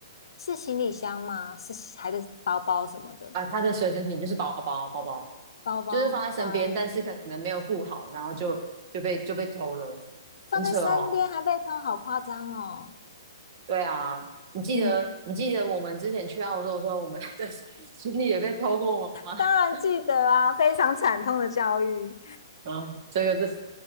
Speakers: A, on the left; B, on the right.
A: 是行李箱吗？是还是包包什么的？
B: 啊。他的随身品就是包包，包包
A: 包包，
B: 就是放在身边，
A: 哇，
B: 但是可能没有顾好，然后就就被就被偷了，
A: 放在身边还被偷，
B: 很扯哦。
A: 好夸张哦。
B: 对啊，你记得你记得我们之前去澳洲的时候，
A: 嗯，
B: 我们的 <laughs> 行李也被偷过吗？
A: 当然记得啊，
B: <laughs>
A: 非常惨痛的教育，
B: 嗯，这个是